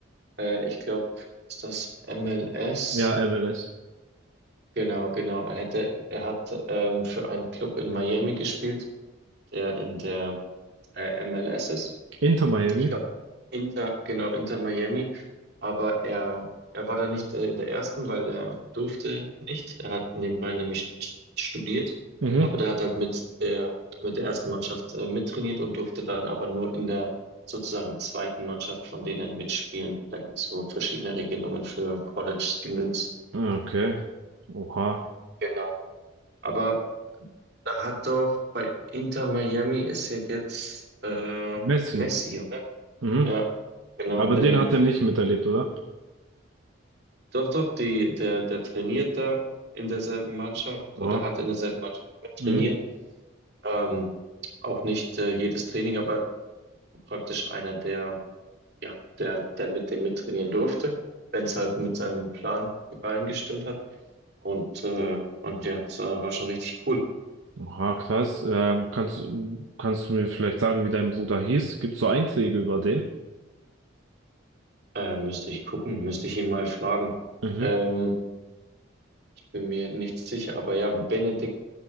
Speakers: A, on the right; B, on the right.
A: äh, ich glaube, ist das MLS?
B: Ja, MLS.
A: Genau, genau. Er hätte, er hat ähm, für einen Club in Miami gespielt, der in der äh, MLS ist.
B: Inter Miami.
A: Ich glaube, Inter, genau, Inter Miami. Aber er, er war da nicht äh, in der ersten, weil er durfte nicht. Er hat nebenbei nämlich st- studiert,
B: Mhm.
A: aber der hat halt mit der, mit der ersten Mannschaft äh, mittrainiert und durfte dann aber nur in der sozusagen zweiten Mannschaft von denen mitspielen. Da gibt es so verschiedene Regelungen für College Students.
B: Okay. Oha.
A: Genau. Aber Da hat doch bei Inter Miami ist ja jetzt äh,
B: Messi.
A: Messi, oder?
B: Mhm.
A: Ja, genau.
B: Aber
A: Denn,
B: den hat er nicht miterlebt, oder?
A: doch, doch, die, der, der trainiert da in derselben Mannschaft
B: Oha.
A: oder hat in derselben Mannschaft mit trainiert.
B: Mhm.
A: Ähm, auch nicht äh, jedes Training, aber praktisch einer, der, ja, der, der mit dem mittrainieren durfte, wenn es halt mit seinem Plan übereingestimmt hat. Und, äh, und ja, es war war schon richtig cool.
B: Oha, krass. Ähm, kannst, kannst du mir vielleicht sagen, wie dein Bruder hieß? Gibt's so Einträge über den?
A: Äh, müsste ich gucken, müsste ich ihn mal fragen.
B: Mhm.
A: Ähm, bin mir nicht sicher, aber ja, Benedikt